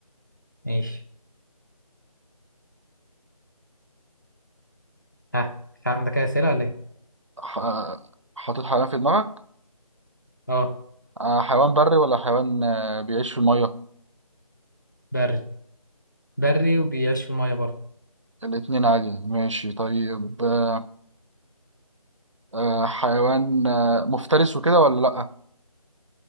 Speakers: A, on the left (about 30°); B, on the right (about 50°).
A: ماشي ها مش عندك اي اسئله ولا ايه
B: ح... حاطط حيوان في دماغك
A: اه
B: آه، حيوان بري ولا حيوان آه، بيعيش في المية
A: بري بري وبيعيش في الميه برضه
B: الاتنين عادي ماشي طيب آه، آه، حيوان آه، مفترس وكده ولا لأ